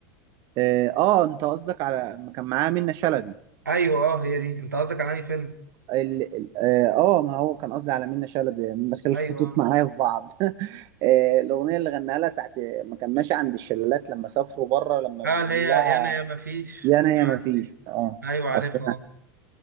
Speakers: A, on the right (about 45°); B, on the right (about 85°).
A: اه آه، انت قصدك على ما كان معاه منة شلبي
B: ايوه اه هي دي انت قصدك على انهي فيلم؟
A: ال- ال- اه آه، ما هو كان قصدي على منة شلبي يعني دخل الخطوط
B: ايوه اه
A: معايا في بعض <laughs> آه، الاغنيه اللي غناها لها ساعه ما كان ماشي عند الشلالات لما سافروا بره لما
B: اه
A: بيقول
B: اللي هي يا
A: لها
B: انا يا ما فيش
A: يا
B: سمع
A: انا يا ما
B: عنها
A: فيش
B: دي.
A: اه
B: ايوه عارفها
A: اصلا
B: اه